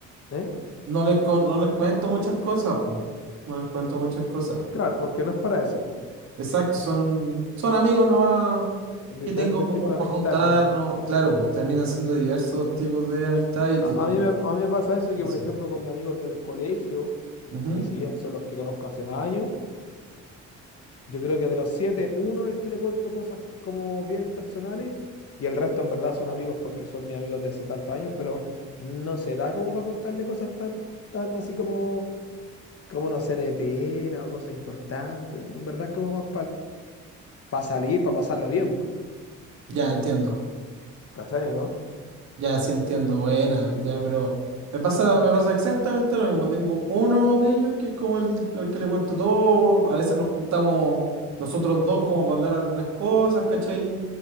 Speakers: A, on the left; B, on the right.
A: ¿Eh?
B: No les, con- no les cuento muchas cosas, po. No les cuento muchas cosas.
A: Claro, porque no es para eso, po.
B: Exacto, son, son amigos nomás
A: Son diferentes
B: que tengo como
A: tipos de
B: para
A: amistad,
B: juntarnos.
A: en verdad.
B: Claro, pues terminan siendo diversos tipos de amistad y de-
A: A, a mí me, a mí me pasa eso
B: relación.
A: que, por ejemplo, con mis amigos del colegio,
B: Ujú.
A: que si bien son los que conozco hace más años, yo creo que de los siete, uno es el que le cuento cosas como bien personales y el resto en verdad son amigos porque son mis amigos de hace tantos años, pero no se da como para contarle cosas tan, tan así como, como no sé, de pena o cosas importantes. En verdad es como más para salir, para pasarlo bien, po.
B: Ya entiendo.
A: ¿Cachai, no?
B: Ya sí entiendo. Buena,
A: Sí,
B: ya,
A: po.
B: pero me pasa, me pasa exactamente lo mismo. Tengo uno de ellos que es como el, el que le cuento todo. A veces nos juntamos nosotros dos como para hablar algunas cosas, ¿cachai?